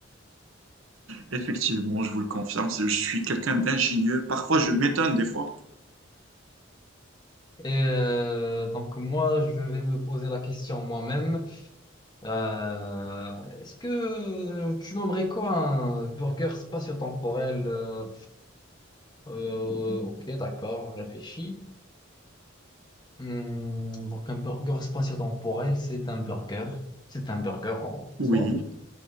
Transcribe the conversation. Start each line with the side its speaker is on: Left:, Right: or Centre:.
Right: Effectivement, je vous le confirme, c'est- je suis quelqu'un d'ingénieux. Parfois, je m'étonne des fois.
Left: Et euh, donc moi, je vais me poser la question moi-même. Euh, Est-ce que tu nommerais quoi un burger spatio-temporel? euh, euh, ok, d'accord, je réfléchis. Hum, donc un burger spatio-temporel, c'est un burger. C'est un burger en soi.
Right: Oui.